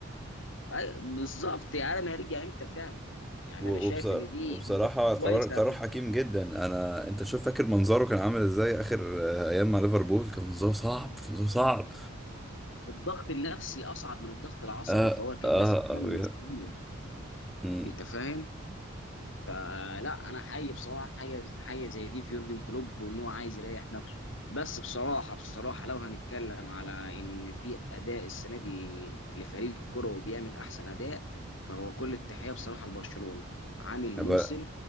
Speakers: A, on the left; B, in the centre.
A: أي- بالظبط يعني انا ما هرجع امتى فعلا يعني
B: و-
A: انا شايف
B: وبص-
A: ان دي
B: وبصراحة قرار
A: كويسه
B: قرار حكيم جدا انا انت شوف فاكر منظره كان عامل ازاي اخر آه، ايام مع ليفربول كان منظره صعب منظره صعب
A: الضغط النفسي اصعب من الضغط العصبي
B: اه
A: فهو كان
B: اه
A: لازم فعلا
B: اه
A: يستمر
B: امم
A: انت فاهم فلا انا حي بصراحه حاجه حاجه زي دي في يورجن كلوب وان هو عايز يريح نفسه بس بصراحه بصراحه لو هنتكلم على ان في اداء السنه دي لفريق كروي بيعمل احسن اداء فهو كل التحيه بصراحه لبرشلونه عامل
B: بقى
A: موسم